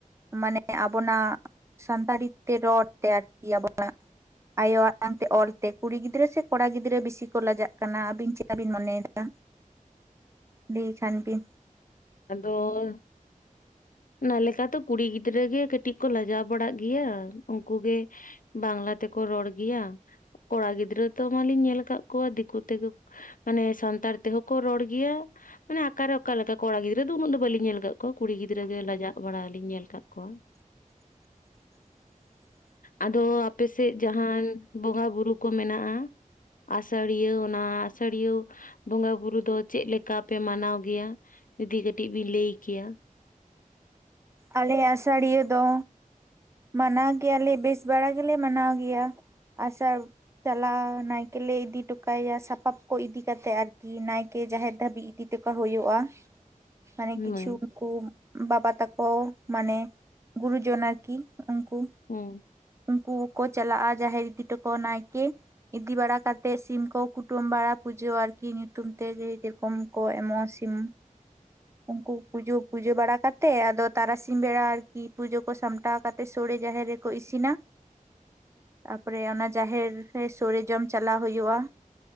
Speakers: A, on the right; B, on the left.
A: ᱢᱟᱱᱮ ᱟᱵᱚᱱᱟᱜ ᱥᱟᱱᱛᱟᱲᱤ ᱛᱮ ᱨᱚᱲ ᱛᱮ ᱟᱨᱠᱤ ᱟᱵᱚᱱᱟᱜ ᱟᱭᱳ ᱟᱲᱟᱝ ᱛᱮ ᱚᱞᱛᱮ ᱠᱩᱲᱤ ᱜᱤᱫᱽᱨᱟᱹ ᱥᱮ ᱠᱚᱲᱟ ᱜᱤᱫᱽᱨᱟᱹ ᱵᱤᱥᱤ ᱠᱚ ᱞᱟᱡᱟᱜ ᱠᱟᱱᱟ ᱟᱵᱤᱱ ᱪᱮᱫᱠᱟ ᱵᱤᱱ ᱢᱚᱱᱮᱭᱮᱫᱟ ᱞᱟᱹᱭ ᱠᱷᱟᱱ ᱵᱤᱱ
B: ᱟᱫᱚᱻ ᱚᱱᱟ ᱞᱮᱠᱟ ᱛᱚ ᱠᱩᱲᱤ ᱜᱤᱫᱽᱨᱟᱹ ᱜᱮ ᱠᱟᱹᱴᱤᱡ ᱠᱚ ᱞᱟᱡᱟᱣ ᱵᱟᱲᱟᱜ ᱜᱮᱭᱟ ᱩᱱᱠᱩ ᱜᱮ ᱵᱟᱝᱞᱟ ᱛᱮᱠᱚ ᱨᱚᱲ ᱜᱮᱭᱟ ᱠᱚᱲᱟ ᱜᱤᱫᱽᱨᱟᱹ ᱛᱚ ᱢᱟ. ᱞᱤᱧ ᱧᱮᱞ ᱟᱠᱟᱫ ᱠᱚᱣᱟ ᱫᱤᱠᱩ ᱛᱮᱜᱮ ᱢᱟᱱᱮ ᱥᱟᱱᱛᱟᱲ ᱛᱮᱦᱚᱸ ᱠᱚ ᱨᱚᱲ ᱜᱮᱭᱟ ᱢᱟᱱᱮ ᱚᱠᱟᱨᱮ ᱚᱠᱟ ᱞᱮᱠᱟ ᱠᱚᱲᱟ ᱜᱤᱫᱽᱨᱟᱹ ᱫᱚ ᱩᱱᱟᱹᱜ ᱫᱚ ᱵᱟᱹᱞᱤᱧ ᱧᱮᱞ ᱟᱠᱟᱫ ᱠᱚᱣᱟ ᱠᱩᱲᱤ ᱜᱤᱫᱽᱨᱟᱹ ᱜᱮ ᱞᱟᱡᱟᱜ ᱵᱟᱲᱟ ᱞᱤᱧ ᱧᱮᱞ ᱟᱠᱟᱫ ᱠᱚᱣᱟ
A: <inaudible>
B: ᱟᱫᱚ ᱟᱯᱮ ᱥᱮᱫ ᱡᱟᱦᱟᱱ ᱵᱚᱸᱜᱟ ᱵᱩᱨᱩ ᱠᱚ ᱢᱮᱱᱟᱜᱼᱟ ᱟᱥᱟᱲᱤᱭᱟᱹ ᱚᱱᱟ ᱟᱥᱟᱲᱤᱭᱟᱹ ᱵᱚᱸᱜᱟ ᱵᱩᱨᱩ ᱫᱚ ᱪᱮᱫ ᱞᱮᱠᱟᱯᱮ ᱢᱟᱱᱟᱣ ᱜᱮᱭᱟ ᱡᱩᱫᱤ ᱠᱟᱹᱴᱤᱡ ᱵᱤᱱ ᱞᱟᱹᱭ ᱠᱮᱭᱟ
A: ᱟᱞᱮ ᱟᱥᱟᱲᱤᱭᱟᱹ ᱫᱚ ᱢᱟᱱᱟᱣ ᱜᱮᱭᱟᱞᱮ ᱵᱮᱥ ᱵᱟᱲᱟ ᱜᱮᱞᱮ ᱢᱟᱱᱟᱣ ᱜᱮᱭᱟ ᱟᱥᱟᱲ ᱪᱟᱞᱟᱣ ᱱᱟᱭᱠᱮ ᱞᱮ ᱤᱫᱤ ᱴᱚᱠᱟᱭᱟ ᱥᱟᱯᱟᱵ ᱠᱚ ᱤᱫᱤ ᱠᱟᱛᱮᱜ ᱟᱨᱠᱤ ᱱᱟᱭᱠᱮ ᱡᱟᱦᱮᱨ ᱫᱷᱟᱹᱵᱤᱡ ᱤᱫᱤ ᱪᱮᱠᱟ ᱦᱩᱭᱩᱜᱼᱟ ᱢᱟᱱᱮ
B: ᱦᱳᱭ
A: ᱠᱤᱪᱷᱩ ᱩᱱᱠᱩ ᱵᱟᱵᱟ ᱛᱟᱠᱚ ᱚ ᱢᱟᱱᱮ ᱜᱩᱨᱩᱡᱚᱱ ᱟᱨᱠᱤ ᱩᱱᱠᱩ
B: ᱦᱩᱸ
A: ᱩᱱᱠᱩ ᱠᱚ ᱪᱟᱞᱟᱜᱼᱟ ᱡᱟᱦᱮᱨ ᱤᱫᱤ ᱴᱚᱠᱚ ᱱᱟᱭᱠᱮ ᱤᱫᱤ ᱵᱟᱲᱟ ᱠᱟᱛᱮᱫ ᱥᱤᱢ ᱠᱚ ᱠᱩᱴᱟᱹᱢ ᱵᱟᱲᱟ ᱯᱩᱡᱟᱹ ᱟᱨᱠᱤ ᱧᱩᱛᱩᱢ ᱛᱮ ᱚᱢ ᱠᱚ ᱮᱢᱚᱜᱼᱟ ᱥᱤᱢ ᱩᱱᱠᱩ ᱯᱩᱡᱟᱹ ᱯᱩᱡᱟᱹ ᱵᱟᱲᱟ ᱠᱟᱛᱮ ᱟᱫᱚ ᱛᱟᱨᱟᱥᱤᱧ ᱵᱮᱲᱟ ᱟᱨᱠᱤ ᱯᱩᱡᱟᱹ ᱠᱚ ᱥᱟᱢᱴᱟᱣ ᱠᱟᱛᱮᱫ ᱥᱳᱲᱮ ᱡᱟᱦᱮᱨ ᱨᱮᱠᱚ ᱤᱥᱤᱱᱟ ᱛᱟᱯᱚᱨᱮ ᱚᱱᱟ ᱡᱟᱦᱮᱨ ᱨᱮ ᱥᱳᱲᱮ ᱡᱚᱢ ᱪᱟᱞᱟᱣ ᱦᱩᱭᱩᱜᱼᱟ